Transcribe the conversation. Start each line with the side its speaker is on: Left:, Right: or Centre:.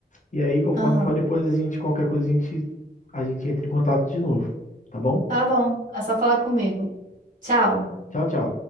Left: E aí, conforme
Right: Aham.
Left: for, depois a gente, qualquer coisa, a gente, a gente entra em contato de novo, tá bom?
Right: Tá bom. É só falar comigo. Tchau.
Left: Tchau, tchau.